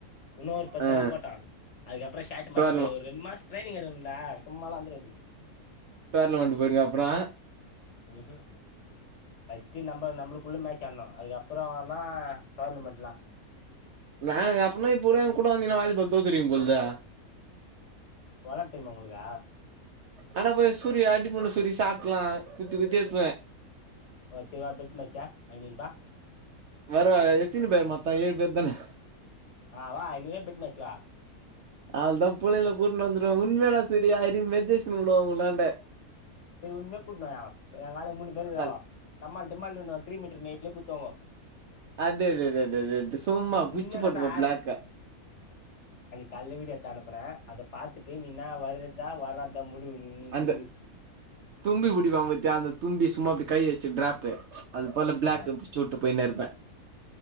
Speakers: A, on the left; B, on the right.
A: இன்னு ஒரு பத்து
B: ஆ
A: நாள் போட்ட அதுக்கப்பற ஷாட் மட்டு
B: டோர்லம
A: பாரு ஒரு ரெண்டு மாச ட்ரைனிங் எடுக்கனுன்டா சும்மாலா வந்துராது
B: டோர்னமெண்ட் போயிடுவ அப்றோ
A: ம் ஹு ஃபஸ்ட்டு நம்ப நம்புளுக்குள்ள மேட்ச் ஆனு அதுக்கப் பற வேனா டோர்னமெண்ட்லா
B: நாங் அப்பனா இப்ப கூட எங்கூட வந்திங்க வாலிபால் தோத்துருவிங்க போலுதே
A: வெளாட தெரிமா உங்களுக்கு
B: ஆனா போய் சூரிய அடி பண்ணு சூரி சாப்பிட்ரலா குத்தி குத்தி எடுப்பே
A: ஓச்சே பெட் மச்சா ஐநூர்பா
B: வேற எத்தினி பேர் மொத்த ஏழு பேர் தான
A: ஆ வா ஐநூர்பா பெட் மச்சா
B: அவள்தா புள்ளைங்கல கூட்னு வந்துருவ உண்மையல்லா சரியா மெஜேஷன் உடுவ உங்களாண்ட
A: செரி உண்மையா கூட்னுவா எ ஆளுங்க மூணு பேர் இருக்கறாங்கோ
B: தல்
A: டமால் டிமால்னு த்ரீ மீட்டர் லைன்ல குத்துவாங்கோ
B: அதெதெதெதெது சும்மா புச்சி
A: உண்மையாதா
B: போட்டுவ
A: நா
B: பிளாக்கு
A: கால்ல வீடியோ எட்த்து அனுப்புறே அத பாத்துட்டு நீனா வர்றதா வராதா முடிவு நீ
B: அந்த
A: முடிவு
B: தும்பி புடிப்பாங் பாத்தியா அந்த தும்பி சும்மா அப்டி கை வச்சு ட்ராப்பு அது போல பிளாக்கு
A: ஆ
B: வச்சு வுட்டு போய்னே இருப்பே